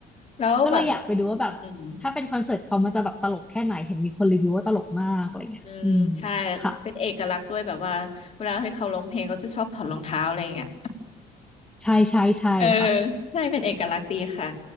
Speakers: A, on the left (about 40°); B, in the centre.
A: แล้วแบบ
B: ก็เลยอยากไปดูว่าแบบถ้าเป็นคอนเสิร์ตเขามันจะแบบตลกแค่ไหนเห็นมีคนรีวิวว่าตลกมากอะไรเงี้ยอืม
A: อืมอืมใช่
B: ค่ะ
A: เป็นเอกลักษณ์ด้วยแบบว่าเวลาที่เขาร้องเพลงเขาจะชอบถอดรองเท้าอะไรอย่างเงี้ย
B: ใช่ใช่ใช่ค่ะ
A: เออใช่เป็นเอกลักษณ์ดีค่ะ